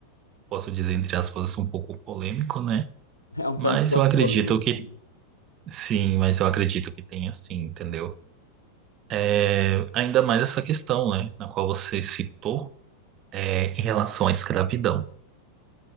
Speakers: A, on the right; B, on the left.
A: posso dizer, entre aspas, um pouco polêmico, né?
B: É um
A: Mas
B: tanto quanto
A: eu acredito
B: polêmico.
A: que, sim, mas eu acredito que tem, assim, entendeu? É, ainda mais essa questão, né, na qual você citou, é, em relação à escravidão.